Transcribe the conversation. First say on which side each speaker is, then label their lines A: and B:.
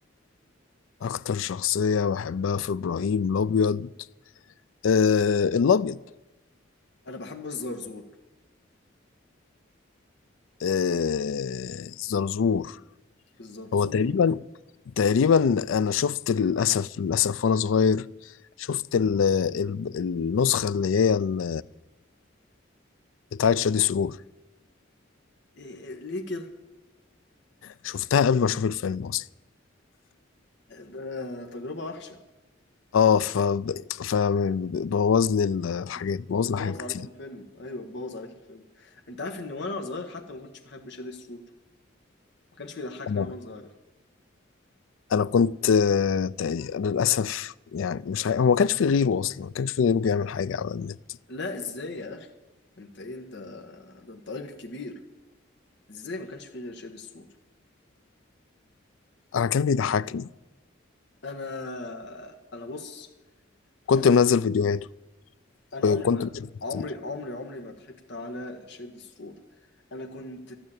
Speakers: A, on the left (about 80°); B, on the left (about 60°).
A: اكتر شخصيه بحبها في ابراهيم الابيض آه الابيض
B: انا بحب الزرزور
A: آه زرزور
B: الزرزور
A: هو تقريبا تقريبا انا شفت للاسف للاسف وانا صغير شفت ال ال النسخه اللي هي ال- بتاعه شادي سرور
B: إيه إيه ليه كده
A: شفتها قبل ما اشوف الفيلم اصلا
B: ده تجربة وحشة
A: اه ف فبوظ لي الحاجات
B: بت-
A: بوظ
B: بتبوظ
A: لي حاجات كتير
B: عليك الفيلم ايوه بتبوظ عليك الفيلم انت عارف ان وانا صغير حتى ما كنتش بحب شادي سوت ما كانش بيضحكني
A: انا
B: وانا صغير
A: أنا كنت آه، تق- للاسف يعني مش عارف- هو ما كانش في غيره اصلا ما كانش في غيره بيعمل حاجه على النت
B: لا ازاي يا اخي انت ايه انت ده انت راجل كبير ازاي ما كانش في غير شادي سوت
A: انا كان بيضحكني
B: انا انا بص
A: كنت
B: انا
A: منزل فيديوهاته
B: انا
A: وكنت
B: عمري ما
A: بشوفه كتير
B: عمري عمري عمري ما ضحكت على شادي سرور انا كنت